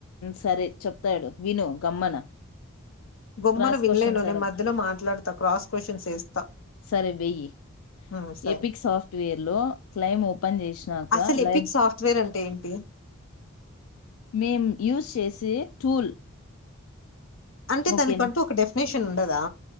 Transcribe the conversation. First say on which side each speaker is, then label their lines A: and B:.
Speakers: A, on the left; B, on the left.
A: సరే చెప్తాడు విను గమ్మన
B: గొమ్మన
A: క్రాస్
B: వినలేను
A: క్వశ్చన్స్
B: నే
A: అడగు
B: మధ్యలో మాట్లాడతా, క్రాస్ క్వశ్చన్స్ వేస్తా.
A: సరే వెయ్యి
B: ఉమ్ సరే
A: ఎపిక్ సాఫ్ట్వేర్ లో క్లైమ్ ఓపెన్ చేసినాక
B: అసలు
A: లైబ్
B: ఎపిక్ సాఫ్ట్వేర్ అంటే ఏంటి?
A: మేము యూజ్ చేసే టూల్
B: అంటే
A: ఓకేనా
B: దానికంటూ ఒక డెఫినేషన్ ఉండదా